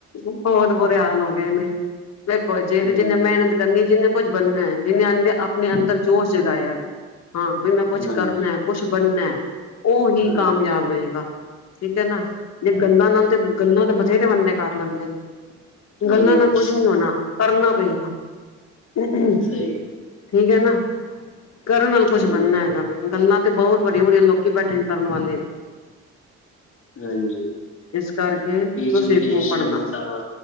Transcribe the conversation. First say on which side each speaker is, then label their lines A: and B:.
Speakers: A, on the left; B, on the left.
A: ਬਹੁਤ ਬੁਰੇ ਹਾਲ ਹੋ ਗਏ ਨੇ, ਵੇਖੋ ਜੇ,
B: ਹੈ
A: ਤੇ
B: ਹਾਂਜੀ
A: ਜੀਨੇ ਮਿਹਨਤ ਕਰਨੀ ਜੀਨੇ ਕੁੱਝ ਬਣਨਾ ਹੈ। ਜਿਹਨੇ ਆਪਣੇ ਅੰਦਰ ਜੋਸ਼ ਜਗਾਇਆ ਹਾਂ, ਵੀ, ਮੈਂ ਕੁਛ
B: ਹਾਂਜੀ
A: ਕਰਨਾ ਕੁਛ ਬਣਨਾ। ਉ, ਹੀ,
B: ਹਾਂਜੀ
A: ਕਾਮਯਾਬ ਹੋਏਗਾ। ਠੀਕ ਹੈ, ਨਾ ਜੇ
B: ਹਾਂਜੀ
A: ਗੱਲਾਂ ਨਾਲ ਤੇ, ਗੱਲਾਂ ਤੇ ਬਥੇਰੇ ਬੰਦੇ ਕਰ ਲੈਂਦੇ ਨੇ।
B: ਹਾਂਜੀ
A: ਗੱਲਾਂ ਨਾਲ ਕੁਛ ਨੀ ਹੋਣਾ, ਕਰਨਾ ਪਏਗਾ। ਠੀਕ
B: ਸਹੀ
A: ਏ ਨਾ, ਕਰਨ ਨਾਲ ਕੁੱਛ
B: ਹਾਂਜੀ
A: ਬਣਨਾ ਇਹਨਾਂ ਨੇ ਗੱਲਾਂ ਤੇ ਬਹੁਤ ਵੱਡੀਆਂ-ਵੱਡੀਆਂ ਲੋਕ, ਕੀ ਬੈਠੇ ਕਰਨ ਵਾਲੇ।
B: ਹਾਂਜੀ,
A: ਇਸ ਕਰਕੇ
B: ਐਜੂਕੇਸ਼ਨ
A: ਤੁਸੀਂ ਖੂਬ ਪੜ੍ਹਨਾ
B: ਤਾਂ